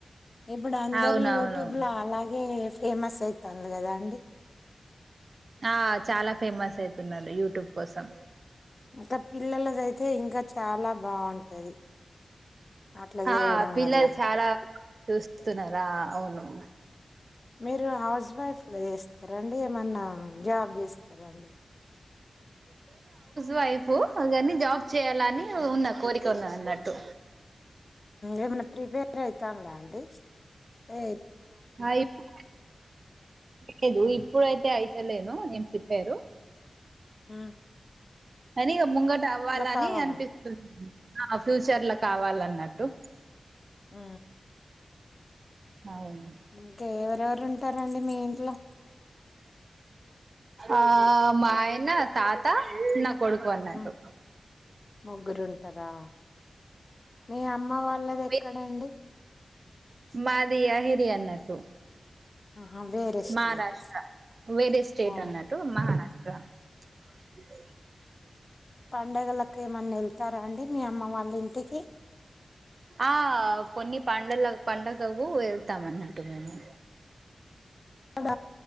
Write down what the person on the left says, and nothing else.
ఇప్పుడు అందరుూ
యూట్యూబ్ లో అలాగే ఫేమస్ అవుతుంది కదా అండి
ఇంకా పిల్లలదయితే ఇంకా చాలా బాగుంటంది అట్లా
చేయడం
వల్ల
మీరు హౌస్ వైఫ్ గా చేస్తారా అ ఏమ జా చేస్తారా అండి
ఏమన్నా ప్రిపేర్ అయితా అలా అంటడి అ
హ
కావాలా
ఆ
ఇంకా ఏమ ఎరెవరు ఉంటారండి మీ ఇంట్లో
మ్మ్ ముగ్గురు ఉంటారా మీ అమ్మ వాళ్ళది ఎక్కడంండి
ఆహా వేరే స్టేట్
ఓ
పండగలకు ఏమన్నా వెళ్తారా అండి మీ అమ్మ వాళ్ళ ఇంటికి
అక్కడ